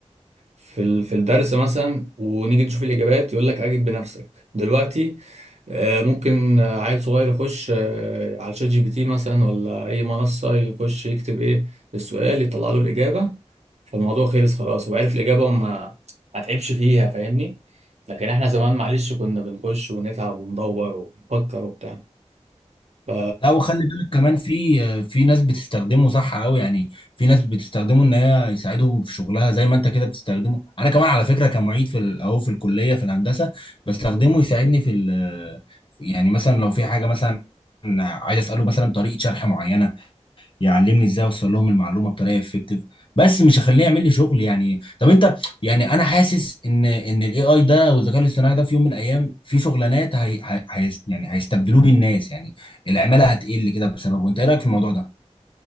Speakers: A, on the right (about 70°); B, on the left (about 45°).
A: في ال- في الدرس مثلا ونيجي نشوف الاجابات يقول لك اجب بنفسك دلوقتي آه، ممكن آه، عيل صغير يخش آه، على شات جي بي تي مثلا ولا اي منصة يخش يكتب ايه السؤال يطلع له الاجابة فالموضوع خلص خلاص هو عرف الإجابة وما ما تعبش فيها فاهمني لكن احنا زمان معلش كنا بنخش ونتعب وندور ونفكر وبتاع ف
B: لا وخلي بالك كمان في في ناس بتستخدمه صح قوي يعني في ناس بتستخدمه ان هي يساعدهم في شغلها زي ما انت كده بتستخدمه انا كمان على فكره كمعيد في ال- اهو في الكليه في الهندسه بستخدمه يساعدني في ال- يعني مثلا لو في حاجه مثلا عايز اساله مثلا طريقه شرح معينه يعلمني ازاي اوصل لهم المعلومه بطريقه افكتيف بس مش هخليه يعمل لي شغل يعني طب انت يعني انا حاسس ان ان الاي اي ده والذكاء الاصطناعي ده في يوم من الايام في شغلانات هي... هي... هي... يعني هيستبدلوه بالناس يعني العماله هتقل كده بسببه انت ايه رايك في الموضوع ده؟